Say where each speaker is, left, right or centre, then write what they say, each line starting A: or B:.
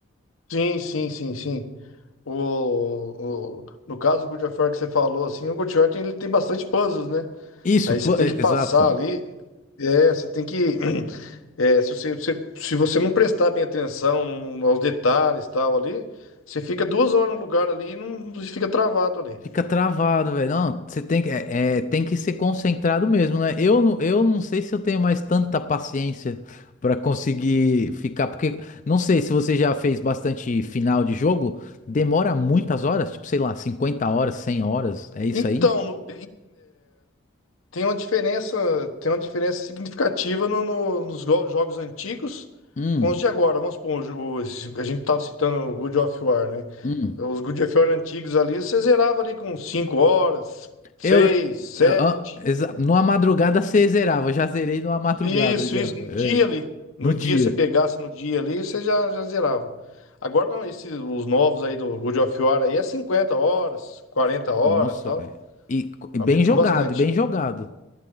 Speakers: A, on the left; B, on the left.
A: Sim, sim, sim, sim. O, o- no caso do God of War que você falou, assim, o God of War tem, ele tem bastante puzzles, né?
B: Isso,
A: Aí você
B: pla-
A: tem
B: é,
A: que passar
B: exato.
A: ali, é, você tem que, <clears throat> é, se você, se, se você não prestar bem atenção no- no- aos detalhes e tal ali, você fica duas horas no lugar ali e não, fica travado ali.
B: Fica travado, velho. Não, você tem que, é, é, tem que ser concentrado mesmo, né? Eu, não- eu não sei se eu tenho mais tanta paciência pra conseguir ficar, porque não sei se você já fez bastante final de jogo, demora muitas horas, tipo, sei lá, 50 horas, cem horas, é isso
A: Então,
B: aí?
A: no, Tem uma diferença, tem uma diferença significativa no- no- nos go- jogos antigos
B: Hum,
A: com os de agora. Vamos supor, o jo- o- a gente estava citando o God of War, né?
B: hum.
A: Os God of War antigos ali, você zerava ali com 5 horas, 6,
B: Eu,
A: 7.
B: eu- ah, exa- numa madrugada você zerava, já zerei numa madrugada
A: Isso,
B: já,
A: isso, no
B: é,
A: dia ali. No
B: no
A: dia,
B: dia.
A: você pegasse no dia ali, você já, já zerava. Agora não, esses, os novos aí do God of War aí é 50 horas, 40
B: Nossa,
A: horas, tal.
B: velho. E, co- e
A: Aumentou
B: bem jogado,
A: bastante.
B: e bem jogado.